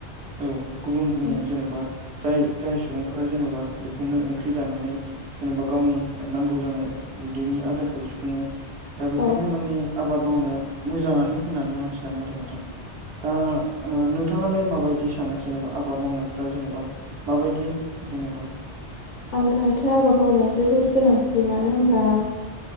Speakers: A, on the right; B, on the left.
A: औ गुबुननि
B: औ
A: जेनेबा जाय जाय सुबुंफोरा जेन'बा बेखौनो ओंख्रि जानानै जेन'बा गावनि नांगौ जानाय उदैनि आदारखौ सुफुङो दा बेखायनो
B: औ
A: माने आबाद मावनाया मोजाङानो होननानै आं सानो आरो नोंथां दा ओ नोंथाङालाय माबायदि सानो जेन'बा आबाद मावनायफ्रा जेनेबा माबायदि जेनेबा
B: आंनि थाखायथाय' आबाद मावनाय जोबोद गोनांथि मानो होनबा